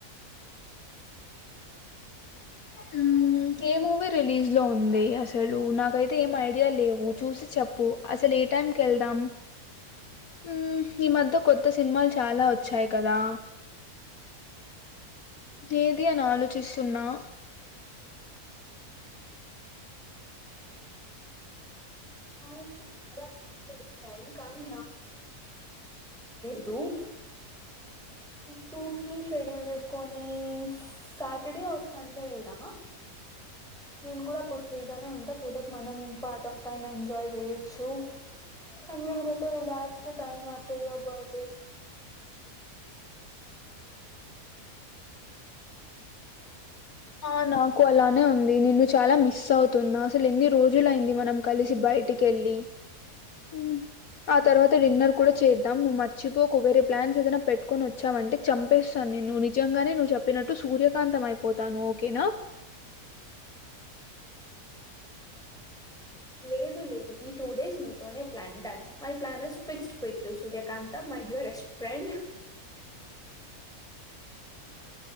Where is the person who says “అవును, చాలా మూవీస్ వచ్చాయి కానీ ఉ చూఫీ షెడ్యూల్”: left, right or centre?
Centre